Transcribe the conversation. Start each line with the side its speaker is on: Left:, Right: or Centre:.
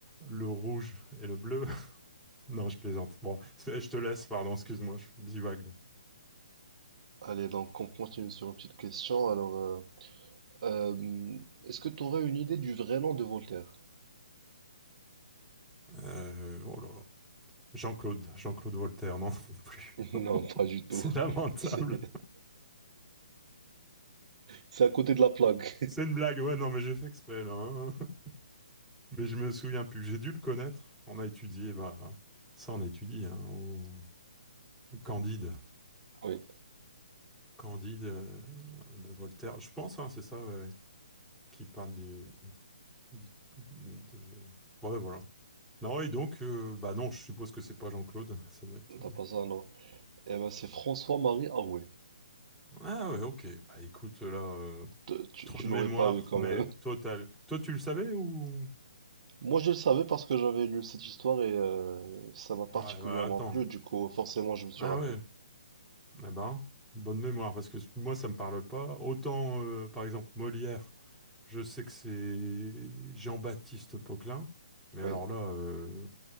Centre: le rouge et le bleu. <laughs> Non, je plaisante. Bon, c'est- je te laisse, pardon, excuse-moi, je divague. là.
Right: Allez, donc on continue sur une petite question. Alors, euh, euh, est-ce que tu aurais une idée du vrai nom de Voltaire?
Centre: Euh, oh là là. Jean-Claude, Jean-Claude Voltaire, non, <laughs> non plus.
Right: <laughs> Non, pas du tout.
Centre: C'est lamentable.
Right: <laughs> C'est c'est à côté de la plaque.
Centre: C'est une blague, ouais, non, mais j'ai fait exprès, là. hein. <laughs> Mais je me souviens plus. J'ai dû le connaître. On a étudié, bah, ça, on étudie, hein, au Candide.
Right: <laughs> Oui,
Centre: Candide euh, de Voltaire. Je pense, hein, c'est ça, ouais, qui parle du, du- de... Ouais, voilà. Non, et donc, euh, bah non, je suppose que c'est pas Jean-Claude, ça doit être...
Right: t'as
Centre: euh,
Right: pas ça, non. Eh ben, c'est François-Marie Arouet.
Centre: Ah ouais, ok. Bah écoute, là, euh,
Right: Te- Tu,
Centre: trop
Right: tu
Centre: de
Right: l'aurais
Centre: mémoire,
Right: pas eu quand
Centre: mais
Right: même. <laughs>
Centre: total. Toi, tu le savais ou...
Right: Moi, je le savais parce que j'avais lu cette histoire et euh, ça m'a particulièrement
Centre: Ouais, bah attends.
Right: plu. Du coup, forcément, je me suis
Centre: Ah
Right: rappelé.
Centre: ouais. Eh ben, bonne mémoire, parce que moi, ça me parle pas. Autant, euh, par exemple, Molière, je sais que c'est Jean-Baptiste Poquelin, mais
Right: Oui.
Centre: alors là, euh,